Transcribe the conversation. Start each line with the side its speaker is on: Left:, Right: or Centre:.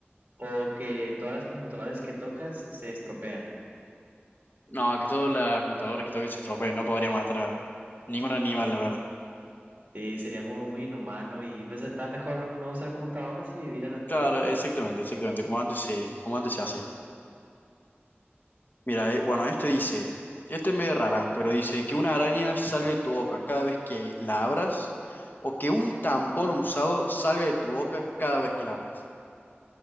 Right: o que todas las computadoras que tocas se estropean?
Left: No, que todas las computadoras que toquen se estropeen. No podría matar a ningún animal, la verdad.
Right: Sí, sería muy, muy inhumano y pues está mejor no usar computadoras y vivir a la antigua.
Left: Claro, exactamente, exactamente. Como antes se, como antes se hacía. Mira, eh, bueno, este dice, este es medio rara, pero dice que una araña salga de tu boca cada vez que la abras o que un tampón usado salga de tu boca cada vez que la abras.